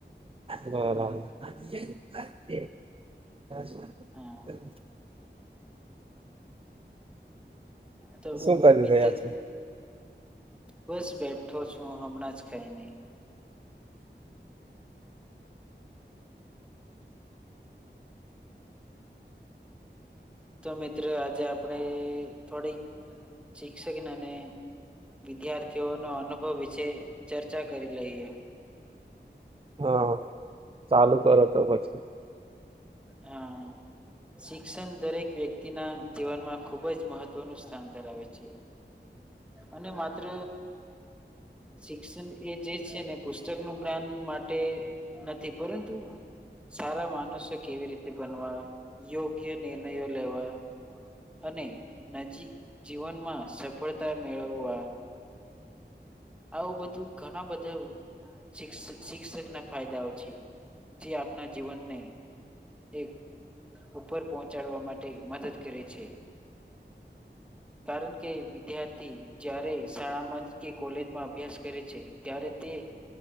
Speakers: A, on the right (about 30°); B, in the centre.
A: બરાબર. <unintelligible>
B: હા
A: <inaudible>
B: તો
A: શું કરી
B: મિતો
A: રહ્યા છો
B: બસ બેઠ બેઠો છું હમણાં જ ખઈને તો મિત્ર આજે આપણે અ થોડીક શિક્ષણ અને વિદ્યાર્થીઓનો અનુભવ વિશે ચર્ચા કરી લઈએ.
A: હમમ ચાલુ કરો તો પછી
B: હા શિક્ષણ દરેક વ્યક્તિના જીવનમાં ખૂબ જ મહત્ત્વનું સ્થાન ધરાવે છે. અને માત્ર શિક્ષણ એ જે છે ને પુસ્તકનું જ્ઞાન માટે નથી પરંતુ સારા માનસો કેવી રીતે બનવા, યોગ્ય નિર્ણયો લેવા અને નજીક જીવનમાં સફળતા મેળવવા આવું બધું ઘણા બધા શિક્સ શિક્ષકના ફાયદાઓ છે જે આપના જીવનને એક ઉપર પહોંચાડવા માટે મદદ કરે છે. કારણ કે વિદ્યાર્થી જ્યારે શાળામાં કે કોલેજ માં અભ્યાસ કરે છે ત્યારે તે